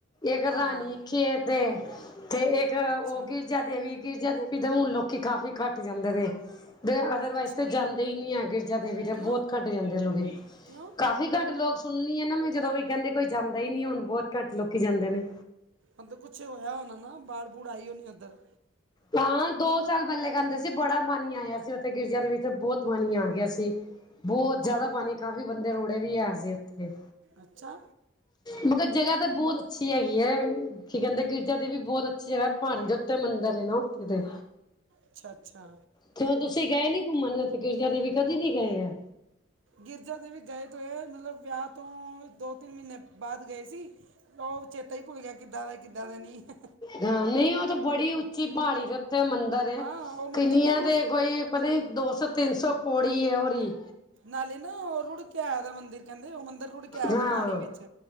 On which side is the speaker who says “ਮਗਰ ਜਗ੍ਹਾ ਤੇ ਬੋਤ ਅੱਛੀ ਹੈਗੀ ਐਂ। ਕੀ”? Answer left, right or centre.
Left